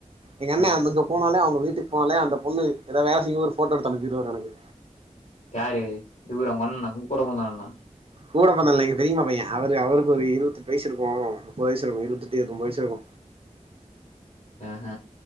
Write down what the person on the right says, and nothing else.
எங்கண்ண
அங்க போனாலே அவங்க வீட்டுக்கு போனாலே அந்த பொண்ணு ஏதாவ வேல செய்ரத ஒரு ஃபோட்டோ எடுத்து அனுப்பிடுவாரு எனக்கு
கூட பிறந்தல்ல எங்க பெரிமா பைய அவரு அவருக்கு ஒரு இருவதெட்டு வைசு இருக்கு முப்பது வைசு இருக்கு இருவத்தெட்டு இருவத்தொம்பது வைசு இருக்கு